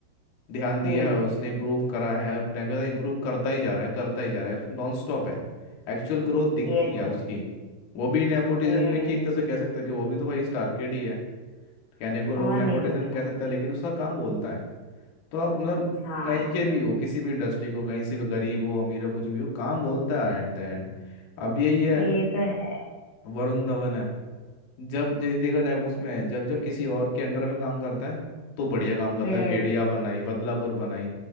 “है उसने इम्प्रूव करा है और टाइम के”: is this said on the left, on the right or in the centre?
Left